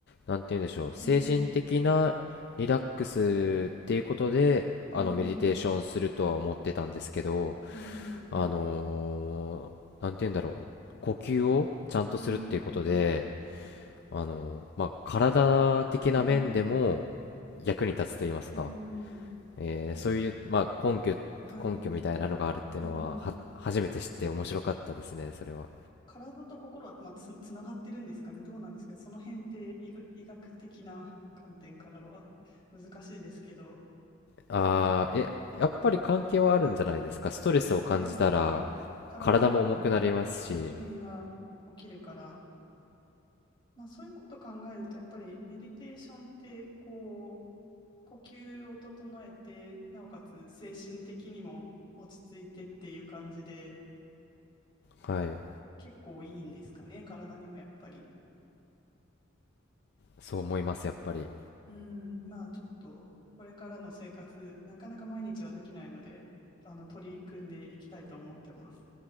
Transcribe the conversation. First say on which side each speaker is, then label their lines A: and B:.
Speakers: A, on the left; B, on the left.
A: なんて言うんでしょう。精神的なリラックスっていうことで、
B: うん、うん、
A: あの、メディテーションするとは思ってたんですけど、
B: うん、うん、
A: あのーなんて言うんだろう。呼吸をちゃんとするっていうことで、
B: う
A: あのーまあ、体的な面でも
B: ん、
A: 役に立つと言いますか。
B: うん、
A: えーそういう、
B: ま
A: まあ、根拠、
B: あはい、
A: 根拠みたいなのがあるっていうのは、
B: うん。
A: は、初めて知って面白かったですね、それは。
B: 体と心は、まあ、つ、つながってるんですかね。どうなんですけど、その辺って医学、医学的な観点からは <laughs> 難しいですけど、
A: あー、
B: まあ、
A: え、やっぱり関係はあるんじゃないですか。ストレスを感じたら、
B: そうですよね。体にも
A: 体も重くなりますし、
B: 異変が起きるから、まあ、そういうこと考えると、やっぱりメディテーションって、こう、呼吸を整えて、なおかつ精神的にも落ち着いてっていう感じで、
A: はい、
B: 結構いいんですかね、体にはやっぱり。
A: そう思います、やっぱり。
B: うん、まあちょっと、これからの生活、なかなか毎日はできないので、あの、取り組んでいきたいと思ってます。